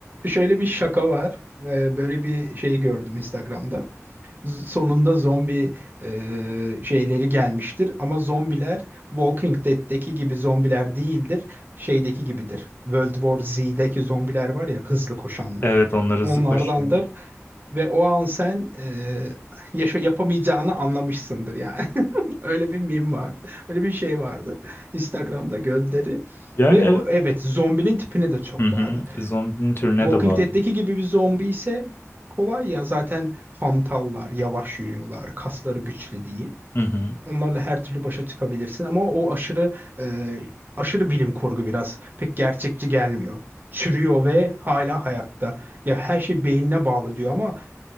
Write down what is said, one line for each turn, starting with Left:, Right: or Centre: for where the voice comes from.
Right: şöyle bir şaka var. E, böyle bir şey gördüm Instagram'da. Z- Sonunda zombi e, şeyleri gelmiştir ama zombiler Walking Dead'deki gibi zombiler değildir. Şeydeki gibidir. World War Z'deki zombiler var ya hızlı koşanlar.
Left: Evet onlar hızlı
Right: Onlardandır
Left: koşuyor.
Right: ve o an sen e, yaşa yapamayacağını anlamışsındır yani. <laughs> Öyle bir meme vardı. Öyle bir şey vardı. Instagram'da gönderi.
Left: Yani
Right: Ve
Left: evet.
Right: o- evet zombinin tipine de çok
Left: Hı hı.
Right: bağlı.
Left: Zombinin türüne
Right: Walking
Left: de bağlı.
Right: Dead'deki gibi bir zombi ise kolay ya. Zaten hantallar, yavaş yürüyorlar, kasları güçlü değil.
Left: Hı hı.
Right: Onlarla her türlü başa çıkabilirsin ama o aşırı e, aşırı bilim kurgu biraz pek gerçekçi gelmiyor. Çürüyor ve hala hayatta. Ya her şey beynine bağlı diyor ama